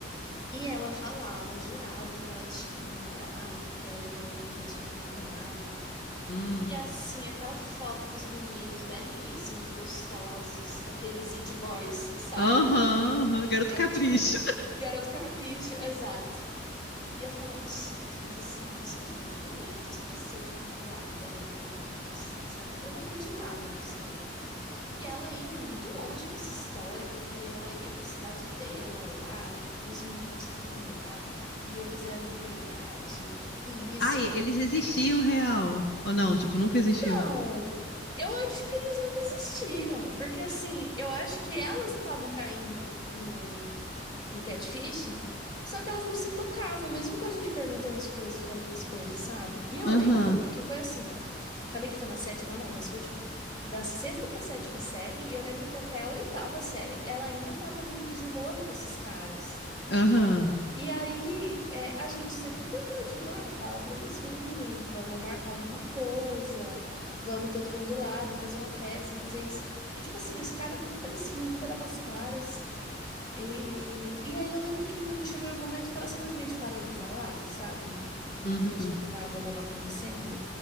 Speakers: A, on the left; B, on the left.
A: e ela falava, jurava que ela tinha um namorado, que ela e a melhor amiga tinham um namorado.
B: Hum.
A: E assim, aquela foto dos meninos belíssimos, gostosos, aqueles it boys, sabe?
B: Aham, aham. Garoto
A: Ga-
B: Capricho.
A: Tipo, garoto capricho, exato. E eu falava, gente, mas esses meninos são muito bonitos pra ser, tipo, namorado dela de verdade, assim, sabe? Porque Eu não acreditava na história. E ela ia muito longe com essa história, porque ela ia pra cidade dela lá, e os meninos estavam lá, e eles eram de verdade, e isso
B: Ai,
A: e aquilo.
B: eles existiam real. Ou não, tipo, nunca
A: Então,
B: existiu.
A: eu acho que eles nunca existiram, porque, assim, eu acho que elas estavam caindo no no catfishing, só que elas não se tocavam, mesmo com a gente perguntando as coisas e falando as coisas, sabe? E eu
B: Aham,
A: lembro que foi assim, falei que foi na sétima, não, mas foi tipo da sexta pra sétima série, e eu lembro que até a oitava série ela ainda tava meio que de rolo com esses caras.
B: aham.
A: E aí, é, a gente sempre tentou, tipo, ah, fala pra eles virem, vamos marcar alguma coisa, vamos todo mundo lá, vamos fazer uma festa, vamos fazer isso. E, tipo assim, os caras nunca apareciam, nunca davam as caras. E, e aí eu lembro que um- chegou um momento que ela simplesmente parou de falar, sabe? E
B: Uhum.
A: fingiu que nada estava acontecendo.